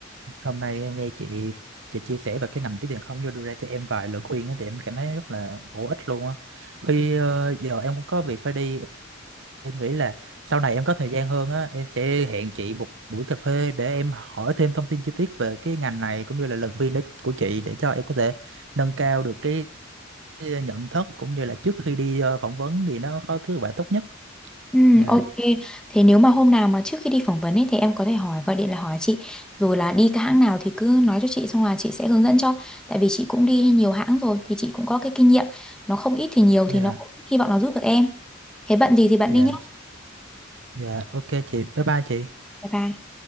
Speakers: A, on the right; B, in the centre.
A: Hôm nay em nghe chị chị chia sẻ về cái ngành tiếp viện không vô đưa ra cho em vài lời khuyên á thì em cảm thấy rất là bổ ích luôn á. Khi ờ, giờ em cũng có việc phải đi, em nghĩ là sau này em có thời gian hơn á, em sẽ hẹn chị một buổi cà phê để em hỏi thêm thông tin chi tiết về cái ngành này cũng như là lời khuyên đấy của chị để cho em có thể nâng cao được cái cái nhận thức cũng như là trước khi đi ờ, phỏng vấn thì nó có thứ quả tốt nhất.
B: Ừ,
A: Dạ,
B: ok. Thế nếu mà hôm nào mà trước khi đi phỏng vấn ấy thì em có thể hỏi gọi điện là hỏi chị rồi là đi cái hãng nào thì cứ nói cho chị xong là chị sẽ hướng dẫn cho. Tại vì chị cũng đi nhiều hãng rồi thì chị cũng có cái kinh nghiệm. Nó không ít thì nhiều
A: dạ,
B: thì nó cũng hy vọng là giúp được em. Thế bận gì thì bận
A: dạ,
B: đi nhé.
A: dạ, ok chị, bye bye chị.
B: Bye bye.